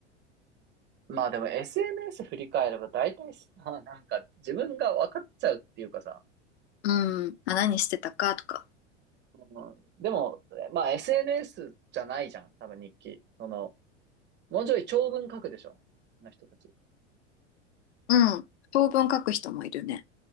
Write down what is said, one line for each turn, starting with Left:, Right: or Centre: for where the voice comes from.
Right: まあでも SNS 振り返れば大体さ、<laughs> なんか自分が分かっちゃうっていうかさ、
Left: うん。あ、何してたかとか。
Right: うん、でも、まあ SNS じゃないじゃん、多分日記。その、もうちょい長文書くでしょあの人たち。う
Left: うん。長文書く人もいるね。